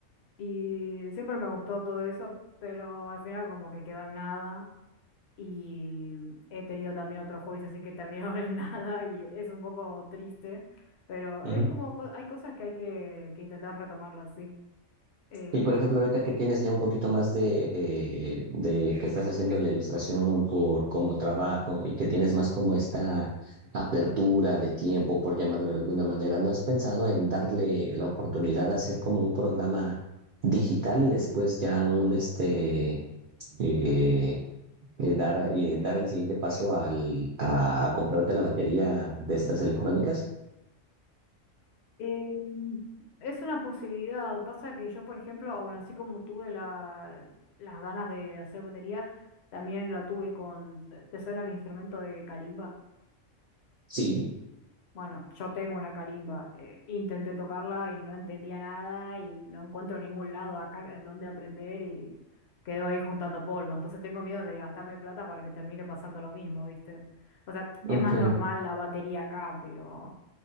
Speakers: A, on the left (about 60°); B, on the right (about 60°).
A: Y siempre me gustó todo eso, pero al final como que quedó en nada. Y he tenido también otros hobbies así que terminaron en <laughs> nada y es un poco triste, pero
B: Ujú.
A: es como co- hay cosas que hay que, que intentar retomarlas, sí. Eh,
B: Y por ejemplo, ahorita que tienes ya un poquito más de, eh, de que estás haciendo la ilustración por como trabajo y que tienes más como esta apertura de tiempo, por llamarlo de alguna manera, ¿no has pensado en darle la oportunidad de hacer como un programa digital y después ya un este eh, eh, dar, eh, dar el siguiente paso al, a, comprarte la batería de estas electrónicas?
A: eh, es una posibilidad. Pasa que yo, por ejemplo, ah, bueno, así como tuve la- las ganas de hacer batería, también la tuve con, eh, ¿te suena el instrumento de calimba?
B: Sí.
A: Bueno, yo tengo una calimba. eh, intenté tocarla y no entendía nada y no encuentro ningún lado acá en donde aprender y quedo ahí juntando polvo. Entonces tengo miedo de gastarme plata para que termine pasando lo mismo, ¿viste? O sea, es
B: Ok.
A: más normal la batería acá, pero